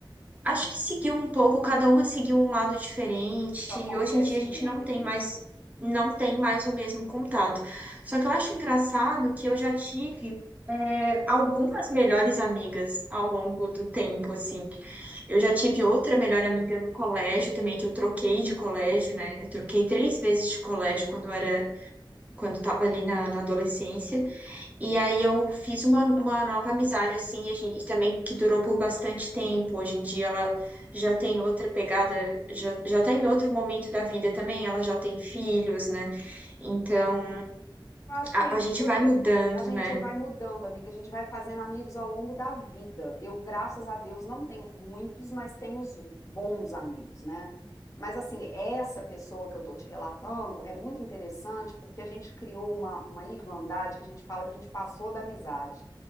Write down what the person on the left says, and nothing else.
isso acontece
muito.
Eu acho
que é isso
que você.
A gente
vai mudando, amiga. A gente vai fazendo amigos ao longo da vida. Eu, graças a Deus, não tenho muitos, mas tenho os bons amigos, né? Mas, assim, essa pessoa que eu tô te relatando é muito interessante porque a gente criou uma, uma irmandade que a gente fala que a gente passou da amizade.